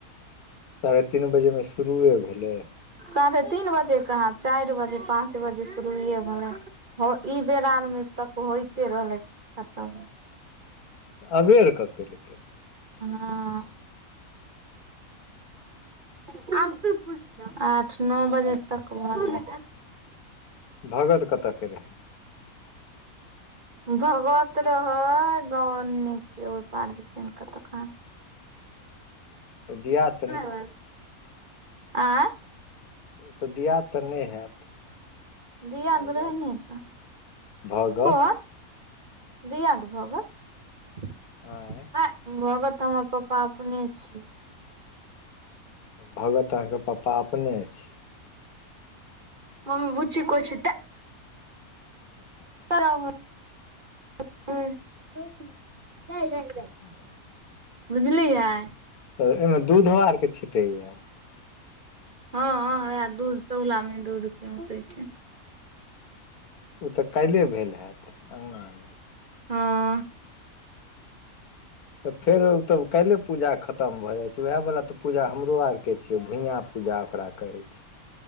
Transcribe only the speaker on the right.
साढ़े तीन बजे कहाँ चारि बजे पाँच बजे शुरूए भेलै हं ई बेरआरमे तक होइते रहलै खतम
हँ <unintelligible> आठ नओ बजे तक भऽ गेलै
भगत रहै ब ओने के ओर पार दिसन के।
। <unintelligible> आय
दियाद
रहे नेताऽ
कोन। दियाद भगत। <unintelligible>
भगत हमर पापा अपने छी।
हमर बुच्ची कहे छिय देय <unintelligible>
बुझलियियै।
हँ ह वहै दूध तौला में दूध औउटैय छैय।
हऽ